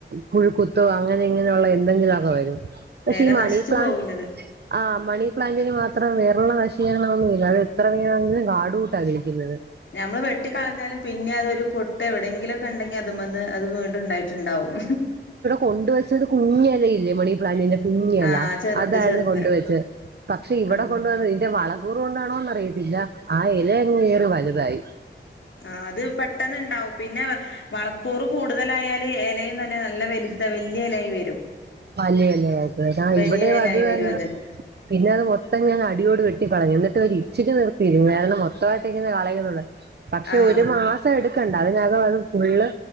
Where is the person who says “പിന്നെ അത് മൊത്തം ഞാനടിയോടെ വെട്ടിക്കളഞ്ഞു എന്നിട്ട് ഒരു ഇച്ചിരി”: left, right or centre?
Right